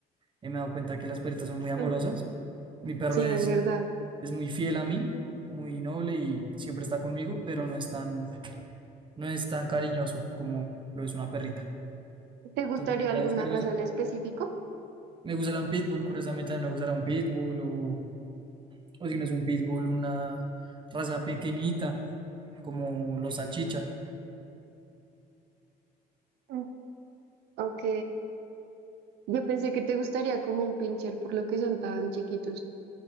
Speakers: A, on the right; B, on the right.
A: eh, me he dado cuenta que las perritas son muy amorosas.
B: Mm,
A: Mi perro
B: Sí,
A: es,
B: es verdad.
A: es muy fiel a mí, muy noble y siempre está conmigo, pero no es tan, no es tan cariñoso como lo es una perrita.
B: ¿Te gustaría
A: ¿Tu perrita
B: alguna
A: es cariñosa?
B: raza en específico?
A: Me gustará un pitbull, curiosamente también me gustará un pitbull o, o si no es un pitbull, una raza pequeñita como los salchicha.
B: Mm, Ok, yo pensé que te gustaría como un pincher por lo que son tan chiquitos.